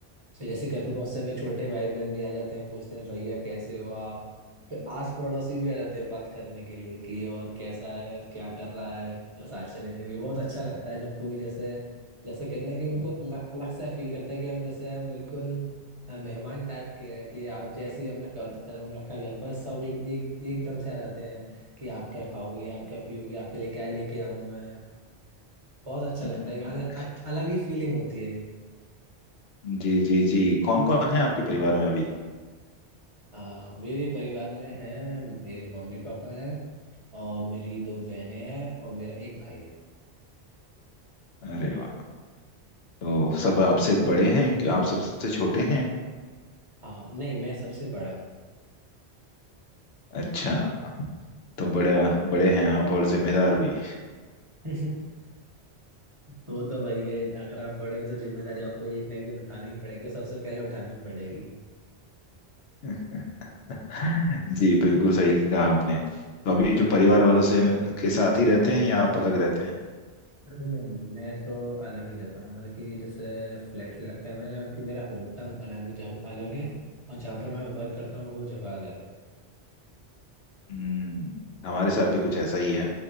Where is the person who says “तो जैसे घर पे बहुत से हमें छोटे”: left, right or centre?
Right